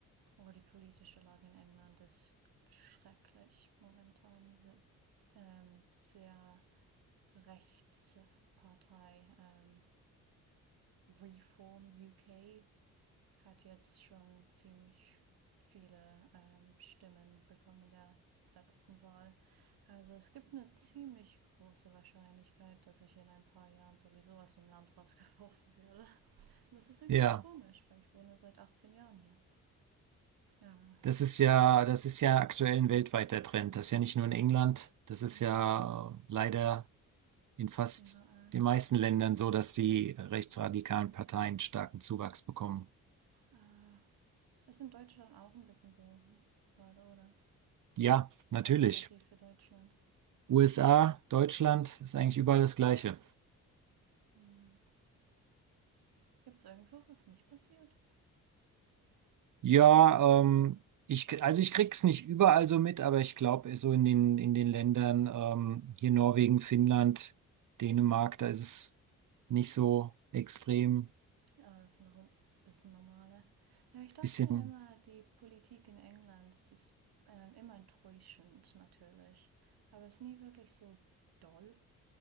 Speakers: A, on the right; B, on the right.
A: Oh, die politische Lage in England ist schrecklich momentan. Diese ähm, sehr Rechtspartei ähm, Reform UK hat jetzt schon ziemlich viele ähm, Stimmen bekommen in der letzten Wahl. Also es gibt eine ziemlich große Wahrscheinlichkeit, dass ich in ein paar Jahren sowieso aus dem Land rausgeworfen werde. Und das ist irgendwie
B: ja.
A: komisch, weil ich wohne seit 18 Jahren hier. Aber
B: Das ist ja, das ist ja aktuell ein weltweiter Trend. Das ist ja nicht nur in England. Das
A: ja,
B: ist ja äh, leider in fast
A: überall.
B: den meisten Ländern so, dass die rechtsradikalen Parteien starken Zuwachs bekommen.
A: Ah, Ist in Deutschland auch ein bisschen so gerade, oder?
B: Ja, natürlich.
A: Alternativ für Deutschland.
B: USA, Deutschland ist eigentlich überall das Gleiche.
A: Hm. Gibt es irgendwo, wo es nicht passiert?
B: Ja, ähm, ich, also ich krieg's nicht überall so mit, aber ich glaube, so in den, in den Ländern, ähm, hier Norwegen, Finnland, Dänemark, da ist es nicht so extrem.
A: Ja, das ist noch ein bisschen normaler. Ja, ich dachte
B: Bisschen
A: immer, die Politik in England das ist ähm, immer enttäuschend natürlich. Aber es ist nie wirklich so doll.